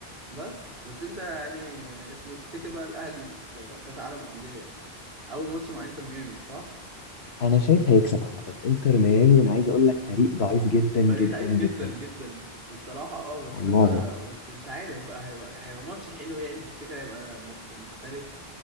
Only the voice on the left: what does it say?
انا شايف هيكسب عامه انتر ميامي انا عايز اقول لك فريق ضعيف جدا جدا
جدا
والله